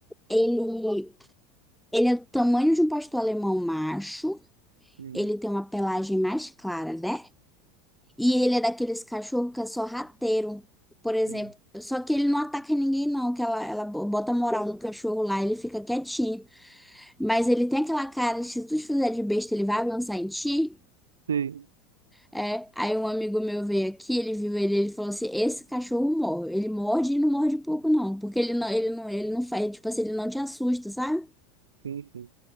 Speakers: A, in the centre; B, on the right (about 80°).
A: ele ele é do tamanho de um pastor alemão macho.
B: Hum,
A: Ele tem uma pelagem mais clara, né? E ele é daqueles cachorro que é só sorrateiro, por exemplo.
B: hum.
A: Só que ele não ataca ninguém, não, que ela, ela bo- bota moral no cachorro lá, ele fica quietinho. Mas ele tem aquela cara, se tu te fizer de besta, ele vai avançar em ti.
B: Sei,
A: É, aí um amigo meu veio aqui, ele viu ele, ele falou assim, esse cachorro morre. Ele morde e não morde pouco, não. Porque ele não, ele não, ele não faz, tipo assim, ele não te assusta, sabe?
B: sim, sim.